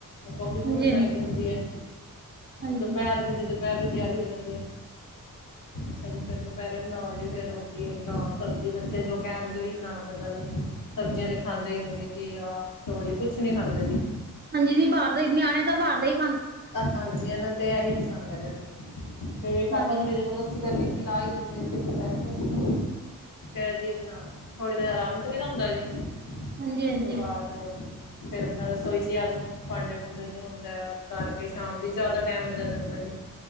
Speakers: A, on the left (about 75°); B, on the right (about 30°).
A: ਕੋਫੀ ਕੂਫੀ
B: -ਹਾਂਜੀ
A: ਬਨਾਈ
B: -ਹਾਂਜੀ
A: ਦੀ ਹੁੰਦੀ ਏ,
B: -ਹਾਂਜੀ
A: ਦੁਪਹਿਰ ਦੀ ਜਦੋਂ ਦੁਪੈਰ ਦੀ ਤਿਆਰੀ ਹੋ ਜਾਂਦੀ ਏ, ਅੱਛਾ ਜੀ ਫੇਰ ਦੁਪੈਰੇ ਬਨਾਓ ਜੀ ਫੇਰ ਰੋਟੀ ਬਨਾਓ ਸਬਜੀ ਬੱਚੇ ਜੋ ਕੈਣ ਜੇ ਉਈ ਬਣਾਨਾ ਪੈਂਦਾ ਜੀ, ਸਬਜੀਆਂ ਤੇ ਖਾਂਦੇ ਈ ਨੀ ਜੀ- ਘਿਆ, ਤੋਰੀ ਕੁਛ ਨੀ ਖਾਂਦੇ ਜੀ।
B: ਹਾਂਜੀ ਦੀ ਬਾਰ ਦੇ ਨਿਆਣੇ ਤਾਂ ਬਾਰ ਦਾ ਈ-
A: ਹਾਂਜੀ ਏਨਾ ਨੂੰ ਤੇ ਏਹੀ ਪਸੰਦ ਹੈਗਾ ਜੇ, ਫੇਰ ਪਾਪਾ
B: ਹਾਂਜੀ।
A: ਥੋੜੀ ਜਬਰਦਸਤੀ ਕਰ- ਖਿਲਾ ਈ ਦੇਂਦੇ ਦੇ ਦੁਪੈਰੇ ਤੇ ਫੇਰ ਜੀ ਅਪਨਾ ਥੋੜੀ ਦੇਰ ਅਰਾਮ ਕਰੀ ਦਾ ਹੁੰਦੈ ਜੀ।
B: ਹਾਂਜੀ-ਹਾਂਜੀ,
A: ਉਸ ਤੋ ਬਾਦ ਫੇਰ ਅਪਨਾ ਰਸੋਈ ਚ ਆ ਜੋ, ਭਾਂਡੇ-ਭੂੰਡੇ ਜੋ ਹੁੰਦੈ ਕਾਰਕੇ ਸ਼ਾਮ ਦੀ ਚਾਅ ਦਾ ਟੈਮ ਹੋ ਜਾ ਜਾਂਦੈ ਜੇ,